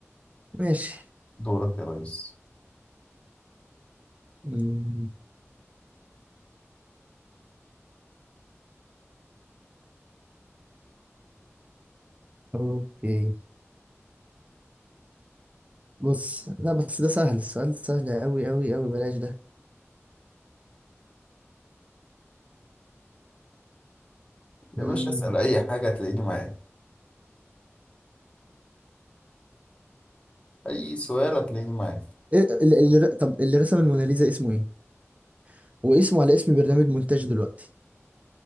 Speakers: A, on the right; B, on the left.
A: ماشي
B: دورك يا ريس
A: مم، اوكي بص لا بس ده سهل السؤال سهل قوي قوي قوي بلاش ده مم.
B: يا باشا اسأل أي حاجة هتلاقيني معاك أي سؤال هتلاقيني معاك
A: إيه اللي... طب اللي رسم الموناليزا اسمه ايه واسمه على اسم برنامج مونتاج دلوقتي